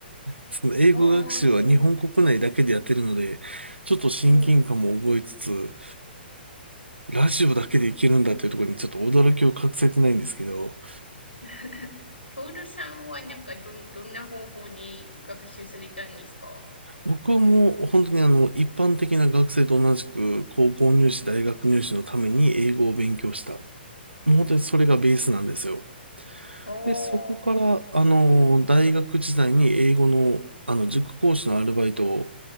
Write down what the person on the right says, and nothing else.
<laughs> その英語学習は日本国内だけでやってるので、
ちょっと親近感も覚えつつ、
ラジオだけでいけるんだっていうところにちょっと驚きを隠せてないんですけど、
僕はもう本当にあの、一般的な学生と同じく高校入試、大学入試のために英語を勉強した。もう本当にそれがベースなんですよ。
で、そこから、あの、大学時代に英語の、あの、塾講師のアルバイト